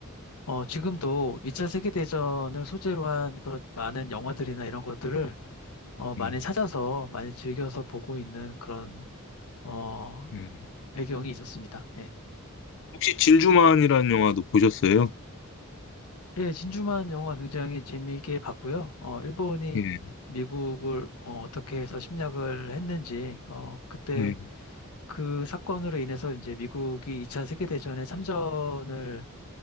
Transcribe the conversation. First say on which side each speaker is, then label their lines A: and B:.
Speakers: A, on the left; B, on the left.
A: 어, 지금도 2차 세계대전을 소재로 한 그런 많은 영화들이나 이런 것들을 어, 많이
B: 예,
A: 찾아서 많이 즐겨서 보고 있는 그런 어,
B: 예.
A: 배경이 있었습니다. 예.
B: 혹시 진주만이라는 영화도 보셨어요?
A: 예, 진주만 영화 굉장히 재미있게 봤고요. 어, 일본이
B: 예,
A: 미국을 어, 떻게 해서 침략을 했는지 어, 그때
B: 예,
A: 그 사건으로 인해서 이제 미국이 2차 세계대전에 참전을